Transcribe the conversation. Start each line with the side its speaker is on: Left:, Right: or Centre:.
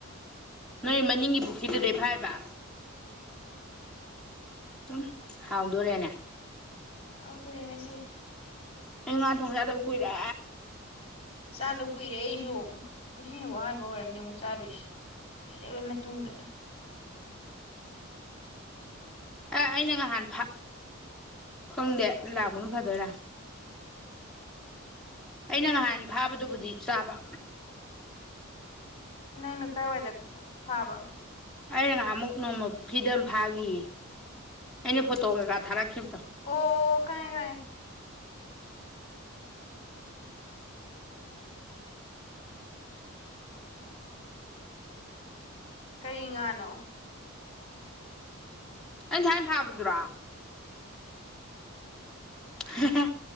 Centre: ꯅꯣꯏꯃꯅꯤ ꯄꯨꯈ ꯇ ꯗꯦꯚꯥꯏꯕ ꯎꯝ ꯍꯥꯎꯗꯣꯣꯔꯦꯅꯦ
Left: ꯍꯥꯎꯗ ꯔꯦ ꯉꯁꯤꯔꯤ
Centre: ꯑꯩ ꯃꯥꯊꯗꯕꯨ ꯀꯏꯔ
Left: ꯆꯥꯗꯕ ꯀꯨꯏꯔꯦ ꯑꯩꯁꯨ ꯁꯤꯅꯍꯥꯟꯕ ꯑꯣꯏꯔꯝꯅꯤ ꯑꯃꯨꯛ ꯆꯥꯗꯣꯏꯁꯤ ꯀꯨꯏꯔꯕ ꯃꯇꯨꯡꯗ
Centre: ꯑ ꯑꯩꯅ ꯉꯍꯥꯟ ꯈꯪꯗꯦ ꯂꯥꯛꯑꯣ ꯎ ꯐꯗꯔꯥ ꯑꯩꯅ ꯉꯍꯥꯟ ꯐꯥꯕꯗꯨꯕꯨꯗꯤ ꯆꯥꯕ
Left: ꯅꯅꯅꯨꯡ ꯀꯥꯏ ꯑꯣꯏꯏꯗ ꯐꯥꯕ
Centre: ꯑꯩꯅ ꯉꯥꯏꯍ ꯑꯃꯨꯛ ꯅꯣꯡꯃ ꯐ꯭ꯔꯤꯗꯝ ꯐꯥꯈꯤ ꯑꯩꯅ ꯐꯣꯇꯣ ꯀꯩꯀꯥ ꯊꯥꯔꯛꯈꯤꯕ
Left: ꯑꯣ ꯈꯥꯏ ꯈꯥꯏ ꯀꯔꯤ ꯉꯥꯅꯣ
Centre: ꯑ ꯍꯥꯏꯥꯏ ꯐꯕꯗꯨ꯭ꯔꯥ ꯍ